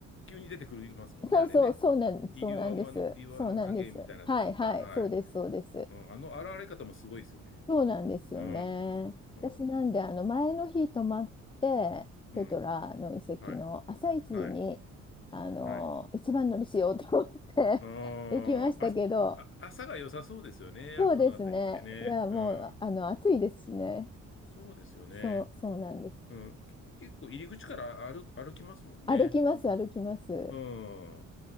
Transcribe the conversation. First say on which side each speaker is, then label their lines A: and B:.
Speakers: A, on the left (about 40°); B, on the left (about 15°).
A: 急に出てくるますもんね、
B: そうそう、
A: あれね。
B: そうなん、
A: い岩間の、
B: そうなんです。
A: 岩の影みたいなところから、
B: そうなんです。はいはい、
A: はい。
B: そうです、そうです。
A: うん、あの現れ方もすごいですよね。
B: そうなんですよね。
A: うー
B: 私なんで、
A: ん。
B: あの、前の日泊まって、
A: うん。
B: ペトラの遺跡の朝一に、
A: はい。はい。
B: あの、
A: はい。
B: 一番乗りしようと思って
A: あーあ、
B: <laughs> 行きましたけど、
A: あ、朝が良さそうですよね。
B: そうですね。
A: あ、あのあたりってね。
B: いや、もう、
A: うん。
B: あの、暑いですしね。
A: そうですよね。
B: そう、そうなんです。
A: うん。け結構入り口から歩、歩きますもんね。
B: 歩きます、歩きます。
A: うん。う